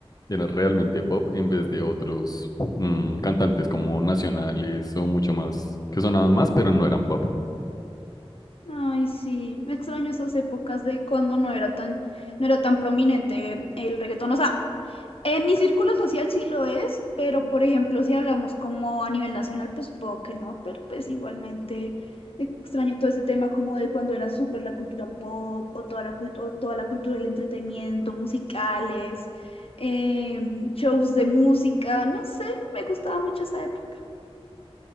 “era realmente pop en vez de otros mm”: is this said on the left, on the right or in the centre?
Left